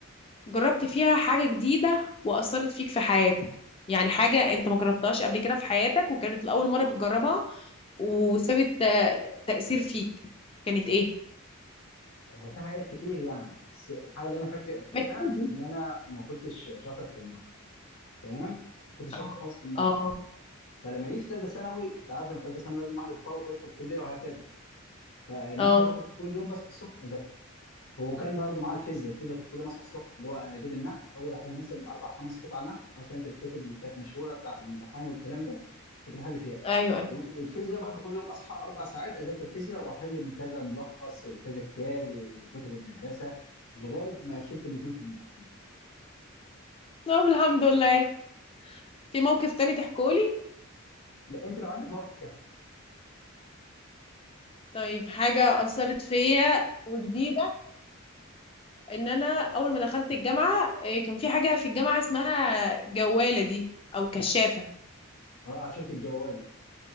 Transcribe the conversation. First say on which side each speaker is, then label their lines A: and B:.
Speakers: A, on the left; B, on the left.
A: جربت فيها حاجة جديدة وأثرت فيك في حياتك يعني حاجة أنت ما جربتهاش قبل كده في حياتك وكانت لأول مرة بتجربها وسابت آه، تأثير فيك كانت إيه؟ <laughs>
B: هو في حاجات كتير يعني بس الحاجه اللي انا فاكر فاكرها
A: بحكي لي.
B: ان انا ما كنتش شاطر في النحو تمام ما كنتش
A: اه
B: شاطر خالص في النحو
A: اه
B: فلما جيت في ثالثه ثانوي انت عارف ان ثالثه ثانوي لازم واحد يتفوق ويدخل الكليه وهكذا فالنحو
A: اه
B: ده كنت كل يوم بصحى الصبح اذاكر هو كان برضه معاه الفيزياء الفيزياء كنت كل يوم اصحى الصبح اللي هو اجيب النحو اول احل مثلا اربع خمس قطع نحو عارفه انت الكتب اللي كانت مشهوره بتاعه الامتحان والكلام ده كنت بحل فيها
A: أيوه أيوه
B: وال- والفيزياء برضه كل يوم اصحى اربع ساعات اذاكر فيزياء واحل من كذا ملخص وكذا كتاب وكتب المدرسه لغايه ما قفلت الاثنين في الامتحانات
A: طب الحمد لله في موقف تاني تحكولي
B: لا انت لو عندك موقف كده
A: طيب حاجة أثرت فيا وجديدة إن أنا أول ما دخلت الجامعة آه، كان في حاجة في الجامعة اسمها جوالة دي أو كشافة
B: اه عشرة الجواله